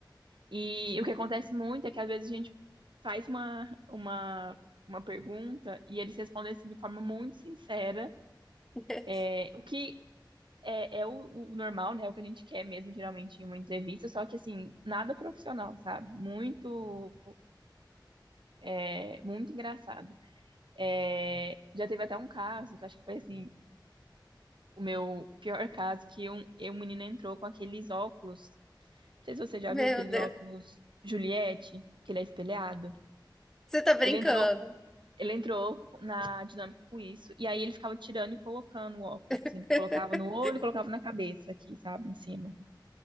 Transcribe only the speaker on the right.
E o que acontece muito é que às vezes a gente faz uma, uma, uma pergunta e eles respondem assim de forma muito sincera.
é, O que é, é o, o normal, né? O que a gente quer mesmo, geralmente, em uma entrevista, só que assim, nada profissional, sabe? Muito, é, muito engraçado. É, já teve até um caso, que eu acho que foi assim, o meu pior caso, que um, e um menino entrou com aqueles óculos. Não sei se você já
viu aquele
óculos Juliette, que ele é espelhado.
Ele entrou. Ele entrou na dinâmica com isso, e aí ele ficava tirando e colocando o óculos. Tipo assim,
ele colocava no olho, e colocava na cabeça aqui, sabe, em cima.